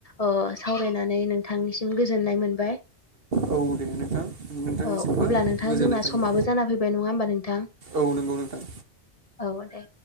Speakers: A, on the left; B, on the right.
A: अ सावरायनानै नोंथांनिसिम गोजोननाय मोनबाय
B: औ दे नोंथां नोंथांनिसिमबो
A: औ अब्ला नोंथां
B: गोजोननाय
A: जोंना
B: थाबाय
A: समाबो जाना फैबाय नङा होमबा नोंथां।
B: औ नंगौ नोंथां
A: औ दे